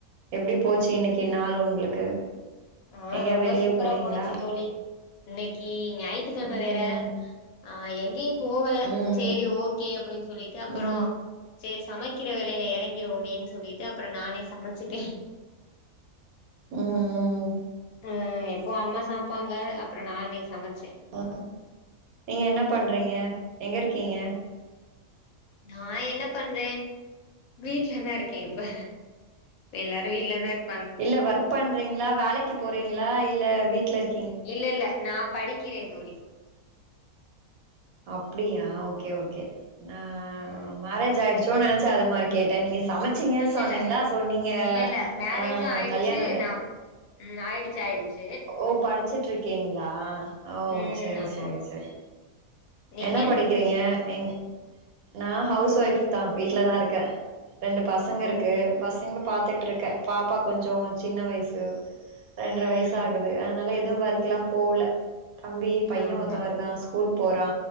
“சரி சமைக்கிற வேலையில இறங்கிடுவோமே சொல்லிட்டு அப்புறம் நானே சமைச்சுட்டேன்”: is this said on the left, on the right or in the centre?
Left